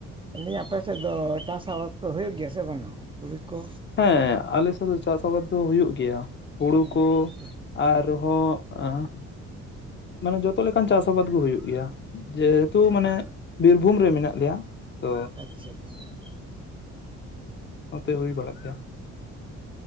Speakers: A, on the right; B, on the left.
A: ᱞᱤ ᱟᱯᱮᱥᱮᱫ ᱫᱚ ᱪᱟᱥ ᱟᱵᱟᱫᱽ ᱠᱚ ᱦᱩᱭᱩᱜ ᱜᱮᱭᱟ ᱥᱮ ᱵᱟᱝᱼᱟ ᱦᱩᱲᱩ ᱠᱚ?
B: ᱦᱮᱸ ᱟᱞᱮ ᱥᱮᱫ ᱫᱚ ᱪᱟᱥ ᱟᱵᱟᱫ ᱫᱚ ᱦᱩᱭᱩᱜ ᱜᱮᱭᱟ ᱦᱩᱲᱩ
A: ᱟᱪᱪᱷᱟ
B: ᱠᱚ, ᱟᱨᱦᱚᱸ <inaudible> ᱢᱟᱱᱮ ᱡᱚᱛᱚ ᱞᱮᱠᱟᱱ ᱪᱟᱥ ᱟᱵᱟᱫᱽ ᱜᱮ ᱦᱩᱭᱩᱜ ᱜᱮᱭᱟ ᱡᱮ ᱟᱹᱛᱩ
A: ᱴᱷᱤᱠ
B: ᱢᱟᱱᱮ ᱵᱤᱨᱵᱷᱩᱢ ᱨᱮ ᱢᱮᱱᱟᱜ ᱞᱮᱭᱟ ᱛᱚ
A: ᱟᱪᱪᱷᱟ ᱟᱪᱪᱷᱟ,
B: ᱱᱚᱛᱮ ᱦᱩᱭ ᱵᱟᱲᱟᱜ ᱜᱮᱭᱟ ᱾